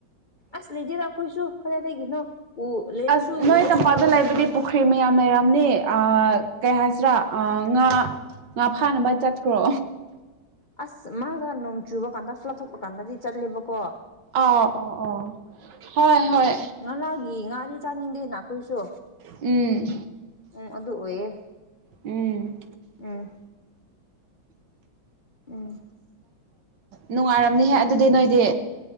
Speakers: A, on the left (about 40°); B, on the right (about 60°).
A: ꯑꯁ ꯂꯩꯗꯦꯗ ꯑꯩꯈꯣꯏꯁꯨ ꯀꯗꯥꯏꯗꯒꯤꯅꯣ ꯎ ꯂꯩꯔꯁꯨ
B: ꯑꯁ ꯅꯣꯏ
A: ꯎꯕꯁꯨ
B: ꯇꯝꯄꯥꯛꯇ
A: ꯐꯪꯗꯦ
B: ꯂꯩꯕꯗꯤ ꯄꯨꯈ꯭ꯔꯤ ꯃꯌꯥꯝ ꯂꯩꯔꯝꯅꯤ ꯑ ꯀꯩ ꯍꯥꯏꯁꯤꯔꯥ ꯑ ꯉꯥ ꯉꯥ ꯐꯥꯅꯕꯥ ꯆꯠꯈ꯭ꯔꯣ
A: ꯑꯁ ꯃꯥꯥꯒ ꯅꯣꯡ ꯆꯨꯕ ꯀꯥꯟꯗ ꯐ꯭ꯂꯗ ꯊꯣꯛꯄ ꯀꯥꯟꯗꯗꯤ ꯆꯠꯂꯦꯕꯀꯣ
B: ꯑ ꯑꯣ ꯑꯣ ꯍꯣꯏ ꯍꯣꯏ
A: ꯉꯔꯥꯡꯒꯤ ꯉꯥꯗꯤ ꯆꯥꯅꯤꯡꯗꯦꯅ ꯑꯈꯣꯏꯁꯨ
B: ꯎꯝ
A: ꯎꯝ ꯑꯗꯨ ꯑꯣꯏꯌꯦ
B: ꯎꯝ
A: ꯎꯝ ꯎꯝ
B: ꯅꯨꯡꯉꯥꯏꯔꯝꯅꯤꯍꯦ ꯑꯗꯨꯗꯤ ꯅꯣꯏꯗꯤ